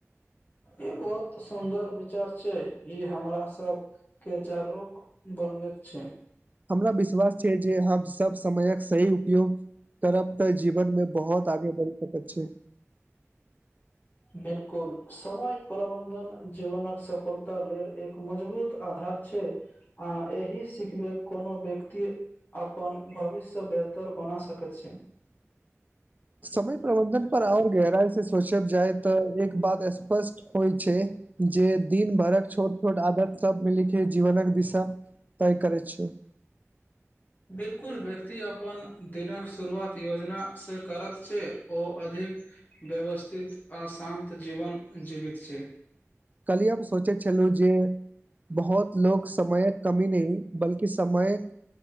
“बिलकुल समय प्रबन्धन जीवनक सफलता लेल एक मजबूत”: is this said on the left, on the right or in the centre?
Left